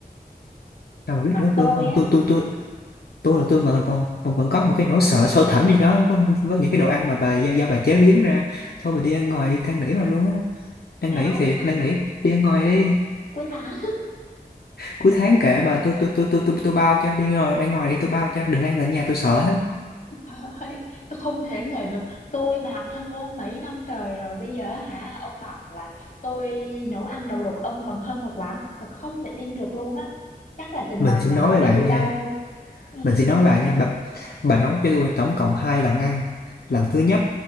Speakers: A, on the left; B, on the left.
A: sao mà biết
B: mà
A: nữa
B: tôi
A: Phương không
B: á
A: tôi tôi tôi tôi là tôi vẫn vẫn vẫn vẫn có một cái nỗi sợ sâu thẳm gì đó với, với những cái đồ ăn mà bà do, do bà chế biến ra thôi mình đi ăn ngoài đi than nỉ mà luôn á năn
B: không
A: nỉ thiệt năn nỉ đi ăn ngoài
B: cu-
A: đi
B: cuối tháng
A: cuối tháng kể bà tôi tôi tôi tôi tôi tôi bao cho đi ngồi đang ngồi đi tôi bao cho đừng ăn ở nhà tôi sợ lắm
B: Thôi, tôi không thể ngờ được tôi bạn thân của ông mấy năm trời rồi bây giờ hả ông bảo là tôi nấu ăn đầu độc ông còn hơn một quán thật không thể tin được luôn á chắc là tình
A: mình
B: bạn
A: sẽ
B: này
A: nói
B: có
A: với
B: bền
A: bạn nha
B: lâu ừ.
A: mình sẽ nói với bà nha bà, bà nấu cho tôi tổng cộng hai lần ăn lần thứ nhất